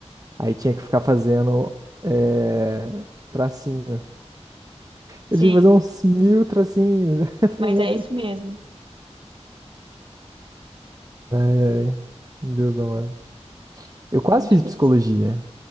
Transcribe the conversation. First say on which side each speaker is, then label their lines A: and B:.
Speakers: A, on the right; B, on the right.
A: Aí tinha que ficar fazendo é, tracinho. Eu
B: Sim,
A: tinha que fazer uns mil tracinhos. <laughs> Eu falei,
B: mas
A: Meu
B: é
A: Deus.
B: isso mesmo.
A: Ai, Meu Deus amado. Eu quase
B: Muito
A: fiz
B: difícil.
A: psicologia.